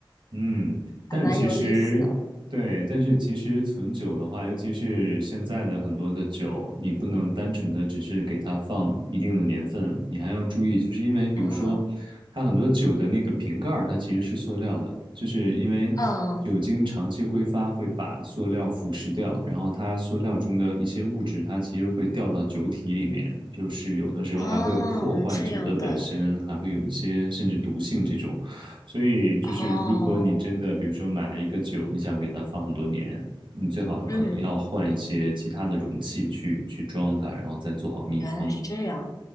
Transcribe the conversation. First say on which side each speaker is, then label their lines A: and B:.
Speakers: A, on the right; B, on the left.
A: 嗯，但是其实对，
B: 还蛮有意思的
A: 但是其实存酒的话，尤其是现在的很多的酒，你不能单纯的只是给它放一定的年份，你还要注意，就是因为比如说，
B: 啊。
A: 它很多酒的那个瓶盖儿它其实是塑料的，就是因为酒精长期挥发会把塑料腐蚀掉，
B: 嗯，
A: 然后它塑料中的一些物质，它其实会掉到酒体里面，就是有的时候还会破坏酒的本身，
B: 哦，这样的
A: 还会有一些甚至毒性这种。所以就是，
B: 哦，
A: 如果你真的，比如说买了一个酒，你想给它放很多年，你最好可能要换一些其他的容器去去装它，
B: 嗯，
A: 然后再做好密封。
B: 原来是这样。